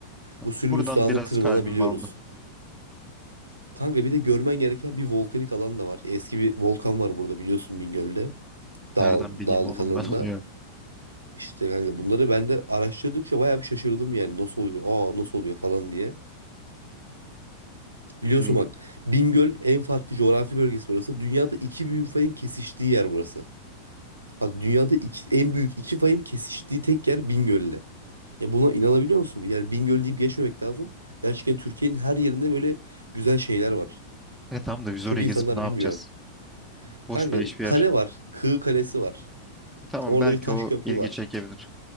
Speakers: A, on the right; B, in the centre.
A: Bu Sülbüs
B: Buradan
A: Dağı'na
B: biraz
A: tırmanabiliyoruz.
B: kalbimi aldı.
A: Kanka bir de görmen gereken bir volkanik alan da var. Eski bir volkan var burada biliyorsun Bingöl'de. Dağ,
B: Nereden bileyim
A: dağlık
B: oğlum
A: alanında.
B: ben onu ya.
A: İşte kanka bunları ben de araştırdıkça bayağı bir şaşırdım yani. Nasıl oluyor? Aa nasıl oluyor falan diye. Biliyorsun
B: Ay,
A: bak Bingöl en farklı coğrafi bölgesi burası. Dünyada iki büyük fayın kesiştiği yer burası. Bak dünyada iki- en büyük iki fayın kesiştiği tek yer Bingöl'le. Ya buna inanabiliyor musun? Yani Bingöl deyip geçmemek lazım. Gerçekten Türkiye'nin her yerinde böyle güzel şeyler var.
B: E, tamam da biz
A: Çok
B: oraya
A: insanlar
B: gezip ne yapacağız?
A: bilmiyor.
B: Boş
A: Kanka
B: beleş bir
A: kale
B: yer.
A: var. Kığı Kalesi var.
B: Tamam
A: Orada
B: belki
A: bir taş
B: o
A: köprü
B: ilgi
A: var.
B: çekebilir.